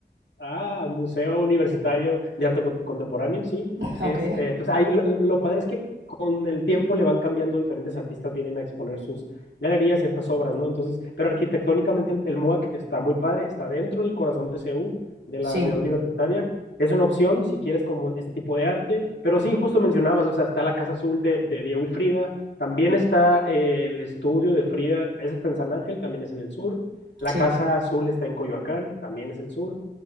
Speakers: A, on the left; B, on the right.
A: Ah, Museo Universitario de Arte Co- Contemporáneo, sí.
B: ok,
A: Este, pues ahí lo, lo padre es que con el tiempo le van cambiando, diferentes artistas vienen a exponer sus galerías, ciertas obras, ¿no? Entonces, pero arquitectónicamente el, el MUAC está muy padre, está dentro del corazón de CU, de la
B: sí,
A: ciudad universitaria. Es una opción si quieres como este tipo de arte, pero sí, justo mencionabas, o sea, está la Casa Azul de, de Diego y Frida, también está eh, el estudio de Frida, ese está en San Ángel, también es en el sur. La
B: sí,
A: Casa Azul está en Coyoacán, también es el sur.